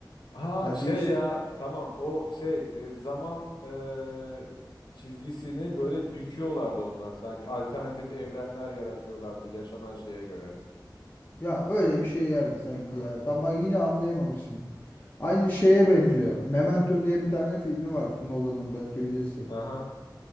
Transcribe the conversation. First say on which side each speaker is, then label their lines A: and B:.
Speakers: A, on the left; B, on the left.
A: Ha
B: Ya
A: şey
B: değiş
A: ya tamam o şey e, zaman e, çizgisini böyle büküyorlardı onlar sanki alternatif evrenler yaratıyorlardı yaşanan şeye göre.
B: ya öyle bir şeylerdi sanki
A: Ha,
B: ya. Tam bak yine anlayamamışsın. Aynı şeye benziyor. Memento diye bir tane filmi var Nolan'ın belki bilirsin.
A: aha